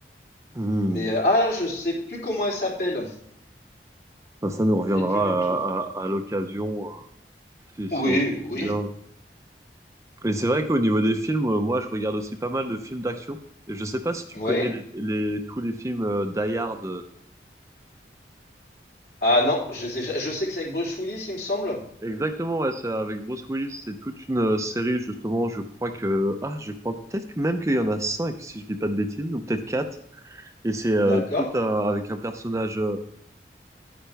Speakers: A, on the right; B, on the left.
A: Hmm.
B: Mais euh, ah, je sais plus comment elle s'appelle.
A: Enfin, ça nous reviendra
B: Je sais plus du tout.
A: à, à- à l'occasion, euh, si, si
B: Oui,
A: on s'en
B: oui.
A: souvient. Et c'est vrai qu'au niveau des films, euh, moi, je regarde aussi pas mal de films d'action. Et je sais pas si tu
B: Oui.
A: connais les, les- tous les films euh, Die Hard. euh.
B: Ah non, je sais, je sais que c'est avec Bruce Willis, il me semble.
A: Exactement, ouais, c'est avec Bruce Willis. C'est toute une euh, série, justement. Je crois que, ah, je crois peut-être que même qu'il y en a cinq, si je dis pas de bêtises, ou peut-être quatre. Et c'est euh,
B: D'accord.
A: tout un- avec un personnage euh,